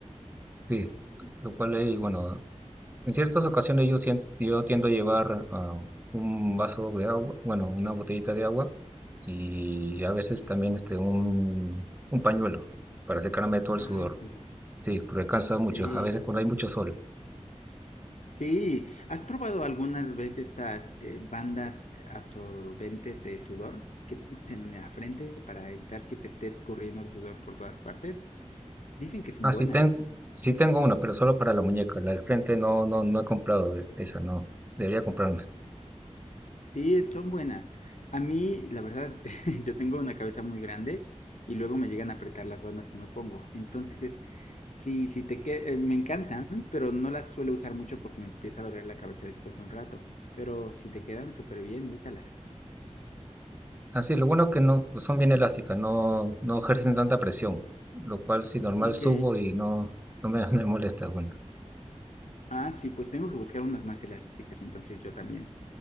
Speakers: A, on the right (about 15°); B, on the left (about 80°).
A: Sí, lo cual ahí, bueno, en ciertas ocasiones yo, sien- yo tiendo a llevar ah, un vaso de agua, bueno, una botellita de agua y a veces también este un, un pañuelo para secarme todo el
B: Ah,
A: sudor.
B: genial.
A: Sí, porque cansa
B: sí,
A: mucho, a veces cuando hay mucho sol.
B: sí. ¿Has probado algunas veces estas eh, bandas absorbentes de sudor que pones en la frente para evitar que te esté escurriendo el sudor por todas partes? Dicen que son
A: Ah,
B: buenas.
A: sí, ten- sí tengo una, pero solo para la muñeca. La del frente no, no, no he comprado de- esa, no. Debería comprarme.
B: Sí, son buenas. A mí, la verdad, <laughs> yo tengo una cabeza muy grande y luego me llegan a apretar las bandas que me pongo. Entonces, sí, sí te que- eh, me encantan, pero no las suelo usar mucho porque me empieza a doler la cabeza después de un rato. Pero si te quedan súper bien, úsalas.
A: Ah, sí. lo bueno es que no pues son bien elásticas, no, no ejercen tanta presión, lo cual si normal
B: Ok.
A: subo y no, no me, <laughs> me molesta. Bueno.
B: Ah, sí, pues tengo que buscar unas más elásticas, entonces yo también.